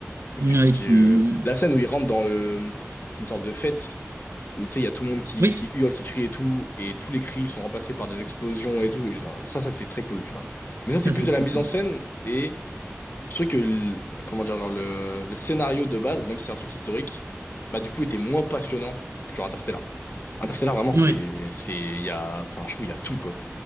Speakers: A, on the left (about 40°); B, on the right (about 60°).
A: Et
B: Ouais,
A: tu te dis.
B: qui.
A: euh, La scène où il rentre dans le. C'est une sorte de fête où tu sais, il y a tout le monde qui,
B: Oui,
A: qui hurle, qui crie et tout, et tous les cris sont remplacés par des explosions et tout. Et genre, ça, ça c'est très cool, tu vois. Mais ça,
B: ça
A: c'est plus
B: c'est
A: de
B: trop
A: la mise
B: cool.
A: en scène et je trouve que. l- Comment dire, genre, le, le scénario de base, même si c'est un truc historique, bah du coup, était moins passionnant que genre Interstellar. Interstellar, vraiment,
B: Oui.
A: c'est. c'est- Il y a. Enfin, je trouve, il y a tout, quoi.